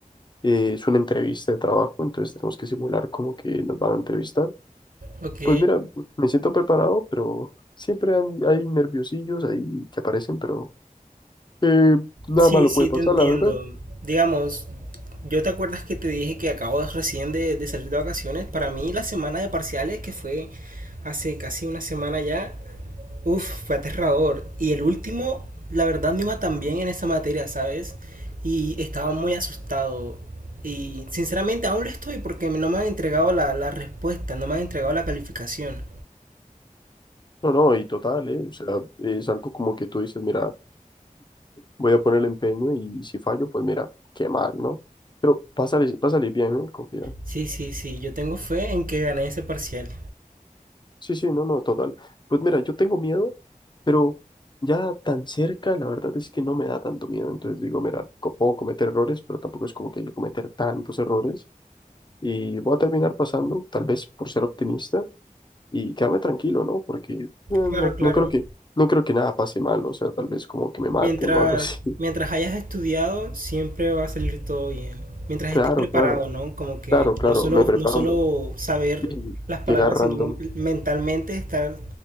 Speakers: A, on the left; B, on the right.
A: eh, es una entrevista de trabajo, entonces tenemos que simular como que nos van a entrevistar.
B: Ok,
A: Pues mira, me siento preparado, pero siempre han- hay nerviosillos ahí que aparecen, pero eh, nada
B: sí,
A: malo
B: sí,
A: puede pasar,
B: te entiendo.
A: la verdad.
B: Digamos, yo te acuerdas que te dije que acabo de- recién de, de salir de vacaciones. Para mí la semana de parciales, que fue hace casi una semana ya, Uf, fue aterrador. Y el último, la verdad, me iba tan bien en esa materia, ¿sabes? Y estaba muy asustado. Y sinceramente aún lo estoy porque no me han entregado la, la respuesta, no me han entregado la calificación.
A: No, no, y total, eh, o sea, es algo como que tú dices, mira. voy a poner el empeño y si fallo, pues mira, qué mal, ¿no? Pero va a salir, va a salir bien, ¿eh? Confía.
B: Sí, sí, sí, yo tengo fe en que gané ese parcial.
A: Sí, sí, no, no, total. Pues mira, yo tengo miedo, pero ya tan cerca, la verdad es que no me da tanto miedo. Entonces digo, mira, co- puedo cometer errores, pero tampoco es como que yo cometer tantos errores y voy a terminar pasando, tal vez por ser optimista y quedarme tranquilo, ¿no? Porque eh, no,
B: Claro, claro.
A: no creo que, no creo que nada pase mal, o sea, tal vez como que me maten
B: Mientras,
A: o algo así. <laughs>
B: mientras hayas estudiado, siempre va a salir todo bien. Mientras
A: Claro,
B: estés preparado,
A: claro,
B: ¿no? Como que
A: claro, claro,
B: no solo,
A: me preparo.
B: no solo
A: me-
B: saber
A: <clears throat> Sí,
B: las palabras,
A: Llegar random.
B: sino mentalmente estar